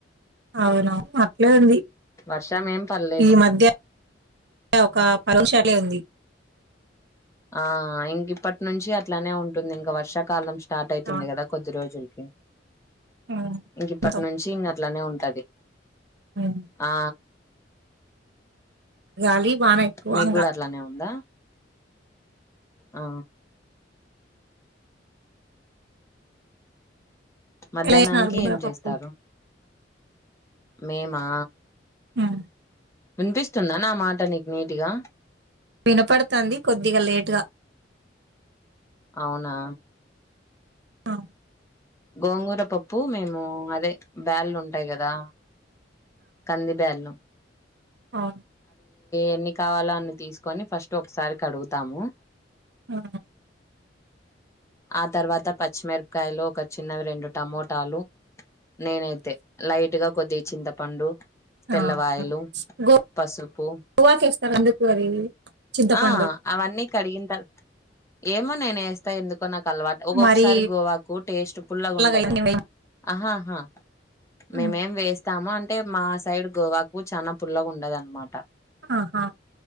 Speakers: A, on the right (about 65°); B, on the left (about 15°).
A: అవును అట్లే ఉంది
B: వర్షం ఏం పర్లేదు
A: ఈ మధ్య ఒక పరోష లేంది
B: ఆ ఇంక ఇప్పటి నుంచి అట్లానే ఉంటుంది ఇంక వర్షాకాలం స్టార్ట్ అయితుంది
A: ఆ!
B: కదా కొద్ది రోజులు కి
A: హ్మ్.
B: ఇంక ఇప్పటి
A: మొత్తం.
B: నుంచి ఇంగా అట్లానే ఉంటది
A: హ్మ్.
B: ఆ
A: గాలి వాన ఎక్కువ
B: మీకు
A: ఇంగ
B: కూడా అట్లానే ఉందా ఆ మధ్యాహ్నానికి
A: ఎలా చేసినారు బుగ్గర
B: ఏం చేస్తారు
A: పప్పు
B: మేమా
A: ఆమ్
B: వినిపిస్తుందా నా మాట నీకు నీటిగా
A: వినపడతాంది కొద్దిగా లేటుగా
B: అవునా
A: ఆ,
B: గోంగూర పప్పు మేము అదే బ్యాళ్లు ఉంటాయి కదా కంది బేల్లం
A: ఆ
B: ఎన్ని కావాలో అని తీసుకొని ఫస్ట్ ఒకసారి కడుగుతాము
A: ఆ
B: ఆ తర్వాత పచ్చిమిరపకాయలు ఒక చిన్నవి రెండు టమోటాలు నేనైతే లైట్ గా కొద్దిగా చింతపండు తెల్లవాయలు
A: ఆ గో
B: పసుపు
A: గోవాకిస్తారు ఎందుకు అది చింతపండు
B: ఆ అవన్నీ కడిగిన తారు ఏమో నేనే వేస్తా ఎందుకు కొనకు అలవాటు ఒక్కొక్కసారి
A: మరి
B: గోవాకు టేస్ట్ పుల్లగా ఉండదు
A: అయ్యింది వై-
B: ఆహా ఆహా మేమేం
A: ఉమ్.
B: వేస్తాము అంటే మా సైడ్ గోవాకు చనా పుల్లగా ఉండదు అన్నమాట
A: ఆహా